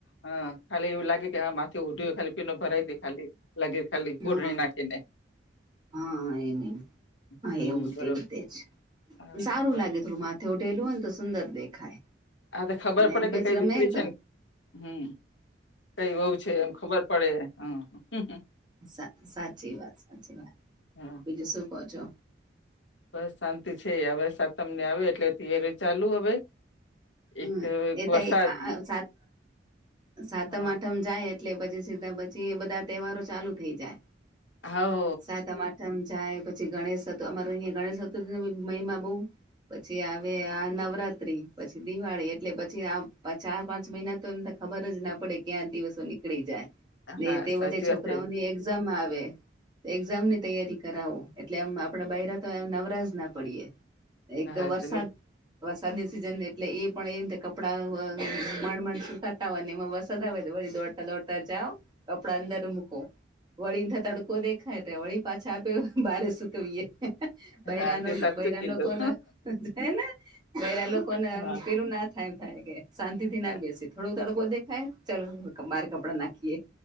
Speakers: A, on the left; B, on the right.
A: હા ખાલી એવું લાગે કે હા માથે ઓઢિયુ ખાલી પીનો ભરાય દે ખાલી લગીર ખાલી
B: હા
A: ઓઢડી નાખી દે.
B: હા એમ એમ હા
A: હમ
B: એવું
A: હમ બરોબર
B: તેવું તેજ
A: હા
B: સારું
A: હા બરોબર
B: લાગે થોડું મા થે ઓઢેલું હોય ને તો સુંદર દેખાય
A: આ તો ખબર
B: ને
A: પડે
B: એમ
A: કે કઈ
B: જ રમે
A: દીકરી
B: ને
A: છે
B: તો
A: હમ કઈ બહું છે એમ ખબર પડે હ
B: સા સાચી વાત સાચી વાત
A: હા
B: બીજું શું કહો છો
A: બસ શાંતિ છે આવે સાતમને આવે એટલે થઇરી ચાલુ હવે
B: હ
A: એક
B: એ
A: વરસાદ
B: ત સાત સાતમ
A: હા
B: આઠમ જાય એટલે પછી સીધા પછી એ બધા તહેવારો ચાલુ થઇ જાય
A: હાવ
B: સાતમ આઠમ જાય પછી ગણેશ ચતુર અમાર અહીયા ગણેશ ચતુર્થી મહિમા બહુ પછી આવે આ નવરાત્રી પછી દિવાળી એટલે પછી આ ચાર પાંચ મહિના તો એમ ત ખબર જ ના પડે ક્યાં દિવસો નીકળી જાય ને
A: હા
B: તે
A: સાચી
B: વચ્ચે છોકરાઓની
A: વાત છે
B: એક ઝામ આવે એક્ઝામ ની તૈયારી કરાવો એટલે એમ આપડા બયરા તો નવરાજ ના પડીએ એક તો
A: હા
B: વરસાદ
A: બિલકુલ
B: વરસાદની સિઝન ને એટલે એ પણ એ કપડાં માંડ માંડ સુતા ની એમાં વસદ આવે દોડતા દોડતા જાવ કપડા અંદર મૂકો વળી ને તડકો દેખાય ત વળી પાછા આપે બારે સુકવીએ બયરા
A: હા તે
B: નો
A: સાચું
B: બયરા
A: કીધું
B: લોકોનો છે ને બયરા લોકોને
A: હા
B: એમ પેલું ના થાયમ થાય કે શાંતિ થી ના
A: અ,
B: બેસી થોડો તડકો દેખાય ચલો બાર કપડા નાખીએ